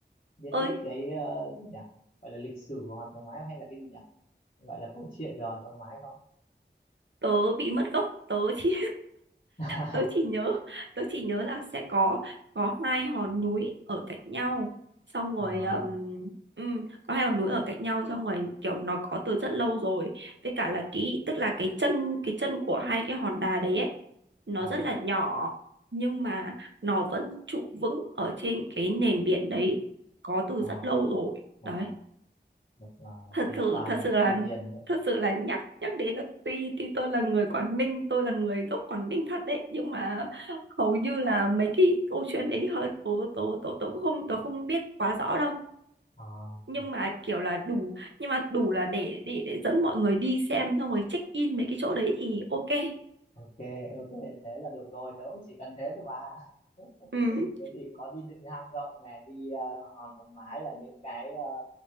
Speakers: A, on the left; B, on the right.
A: biết
B: ơi
A: biết cái ờ, gì nhỉ gọi là lịch sử của Hòn Trong Mái hay là cái gì nhỉ gọi là câu chuyện về Hòn Trong Mái không
B: tớ bị mất gốc tớ chỉ
A: <laughs>
B: tớ chỉ nhớ tớ chỉ nhớ là sẽ có có hai hòn núi ở cạnh nhau xong rồi
A: à,
B: ừm, ừm, có hai hòn núi ở cạnh nhau xong rồi kiểu nó có từ rất lâu rồi với cả là cái tức là cái chân cái chân của hai cái hòn đá đấy ấy nó
A: oh,
B: rất là nhỏ nhưng mà nó vẫn trụ vững ở trên cái nền biển đấy có từ
A: wow
B: rất lâu rồi
A: wow
B: đấy
A: một uh,
B: thật
A: kỳ
B: sự
A: quan
B: thật sự là
A: thiên nhiên đấy
B: thật sự là nhắc nhắc đến là tuy tuy tôi là người Quảng Ninh tôi là người gốc Quảng Ninh thật đấy nhưng mà hầu như là mấy cái câu chuyện ấy hơi tố tố tố tố không tố không biết quá rõ đâu
A: Ờ,
B: nhưng
A: ờ,
B: mà kiểu là đủ nhưng mà đủ là để để để dẫn mọi người đi xem xong rồi check in mấy cái chỗ đấy thì ok
A: ok ok thế là được rồi tớ cũng chỉ cần thế thôi mà <laughs>
B: ừ
A: thế thì có đi đến hang động này đi ờ, Hòn Trong Mái là những cái ờ,